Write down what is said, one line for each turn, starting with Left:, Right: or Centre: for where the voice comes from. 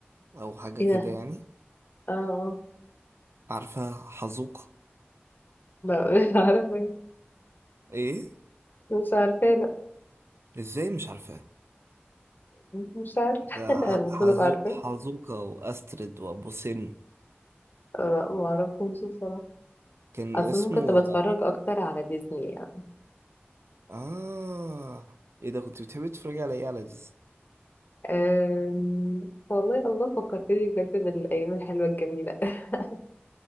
Right: او حاجه
Left: ايه
Right: كده
Left: ده
Right: يعني
Left: اه اه
Right: عارفه حزوقه
Left: ما- مش عارفه
Right: ايه
Left: مش عارفه لا
Right: ازاي مش عارفاه
Left: مش عارفه
Right: ده
Left: <laughs>
Right: ح-
Left: المفروض
Right: حزو
Left: ابقى عارفه
Right: حزوقه واسترد وابو سن
Left: آه، ما اعرفهمش بصراحه
Right: كان
Left: اصلا
Right: اسمه
Left: كنت بتفرج اكتر على ديزني يعني
Right: اه ايه ده كنت بتحبي تتفرجي على ايه على ديز
Left: أم... والله الله فكرتني بجد بالايام الحلوه الجميله <laughs>